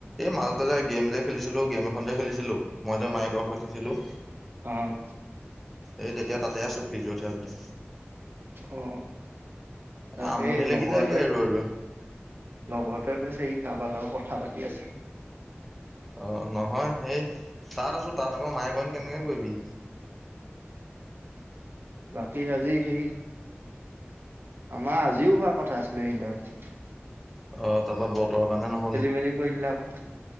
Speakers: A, in the centre; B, on the right.
A: এই মাজতে যে গেম যে খেলিছিলোঁ, গেম এখন যে খেলিছিলোঁ, মই যে মাইক অফ ৰাখিছিলোঁ।
B: অ'
A: এই তেতিয়া তাতে আছো ফিজিঅ থেৰাপিতে।
B: অ, তাকেই
A: আমনি লাগি
B: লগতে
A: যায়গে ৰৈ ৰৈ
B: লগত তই কৈছে ই কাৰোবাৰ লগত কথা পাতি আছে।
A: অ' নহয় সেই তাত আছো তাত আকৌ মায়ে কয় কেনেকৈ কৰিবি।
B: বাকী আজি সেই আমাৰ আজিও হোৱা কথা আছিলে ইণ্টাৰনশ্বিপ।
A: অ তাৰ পৰা বতৰৰ কাৰণে নহ'লে।
B: মেলি কৰি দিলে আকৌ।